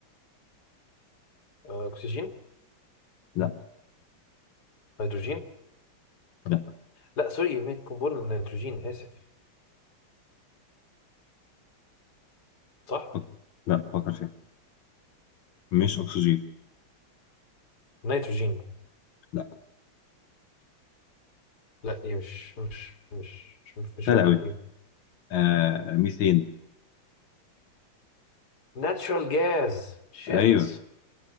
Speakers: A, on the left (about 50°); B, on the left (about 80°).
A: آه، أكسجين
B: لا
A: هيدروجين
B: لا
A: لا سوري مين قنبلة نيتروجين آسف صح
B: فكر لا فكر فيها مش اكسجين
A: نيتروجين
B: لا
A: لا إيه مش مش مش مش, مش, مش
B: سهل
A: فاكر
B: قوي
A: إيه
B: آه ميثين
A: ناتشورال جاز شيت
B: ايوه